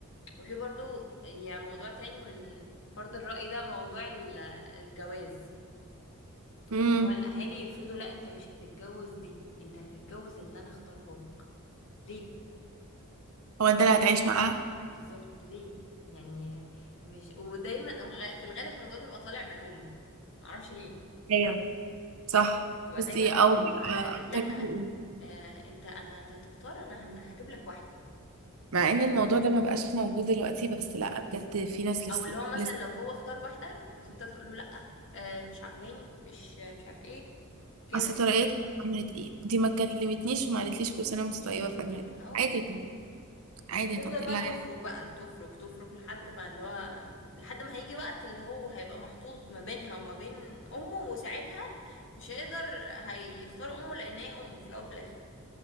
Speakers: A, on the left; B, on the right.
A: وفي برضو يعني موضوع تاني من فرض الرأي ده موضوع ال- الجواز
B: امم
A: اللي هو الاهالي يفرضوا لا انت مش هتتجوز دي انت هتتجوز اللي انا اختاره لك ليه
B: هو انت اللي هتعيش معاه
A: بالظبط ليه يعني مش ودايما أو غ- في الغالب الموضوع ده بيبقى طالع من الام معرفش ليه
B: ايوه صح
A: تبقى
B: بصي
A: دايما الام
B: او بيبقى
A: آه، لا
B: اكتر حقوق.
A: آه، انت انا انت هتختار انا هن- هجيب لك واحده
B: مع
A: طب
B: ان الموضوع ده ما بقاش موجود دلوقتي بس لا بجد في ناس لسه
A: او اللي هو مثلا
B: لسه
A: لو هو اختار واحده بتفضل تقول له لا آه، مش عجباني مش مش عارف ايه كده
B: اصل طريقتها
A: فاهم؟
B: عملت ايه دي ما كلمتنيش وما قالتليش كل سنه وانت
A: ايه
B: طيبه
A: ما
B: فجأة
A: اه
B: عادي
A: يعني
B: يا طنط- عادي
A: وتفضل
B: يا طنط إيه
A: بقى
B: اللي هيحصل؟
A: تفرك بقى تفرك تفرك لحد ما اللي هو لحد ما هيجي وقت اللي هو هيبقى محطوط ما بينها وما بين امه وساعتها مش هيقدر هيختار امه لان هي امه في الاول في الاخر